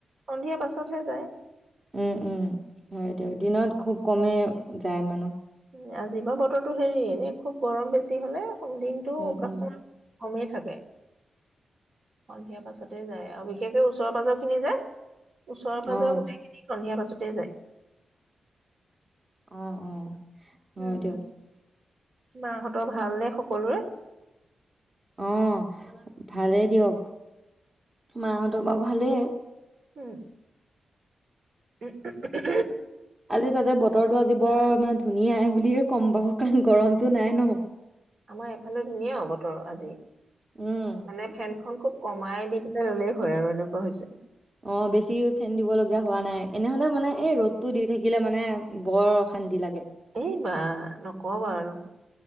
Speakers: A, on the right (about 55°); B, on the right (about 20°).
A: সন্ধিয়া পাছতহে যায়
B: উম উম হয় দিয়ক দিনত খুব কমে যায় মানুহ
A: উম, আজি বাৰ বতৰটো হেৰি এনেই খুব গৰম বেছি হ'লে দিনটো
B: উম,
A: কাষ্টমাৰ
B: উম,
A: কমেই থাকে সন্ধিয়া পাছতে যায় আৰু বিশেষকে ওচৰ পাজৰ খিনি যে ওচৰৰ
B: অ',
A: পাজৰে গোটেইখিনি সন্ধিয়া পাছতে যায়
B: অ অ হয়
A: উম
B: দিয়ক।
A: মাহতৰ ভাল নে সকলো সকলোৱে
B: অ ভালেই দিয়ক মাহত বাৰু ভালেই
A: উম উম উমহ
B: আজি তাতে বতৰটো আজি বৰ মানে ধুনীয়া বুলি ক কম বহত গৰমটো নাই ন
A: আমাৰ এইফালে ধুনীয়া বতৰ আজি
B: উম,
A: মানে ফেনখন খুব কমাই দি ল'লেই হয় আৰু এনেকুৱা হৈছে
B: অ বেছি ফেন দিবলগীয়া হোৱা নাই এনেহলে মানে এই ৰ'দটো দি থাকিলে মানে বৰ অশান্তি লাগে
A: এই বা নকবা আৰু